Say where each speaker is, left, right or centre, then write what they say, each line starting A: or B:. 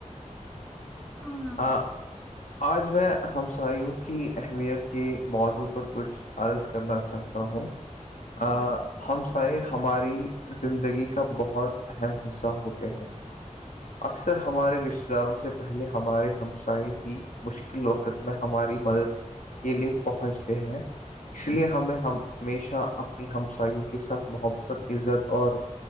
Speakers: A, in the centre; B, on the left (about 75°).
A: ہاں
B: ہاں آج میں ہمسایوں کی اہمیت کے موضوع پر کچھ عارض کرنا چاہتا ہوں
A: جی
B: ا
A: جی بالکل
B: ہم ساہ ہماری زندگی کا بہت اہم حصہ ہوتے ہیں اکثر ہمارے رشتتے داروں سے پہلے ہمارے ہمسائے ہی مشکل وقت میں ہماری مدد کے لیے پہنچتے ہیں اس لیے ہمیں ہمیشہ اپنی ہمساوں کے ساتھ محبت عزت اور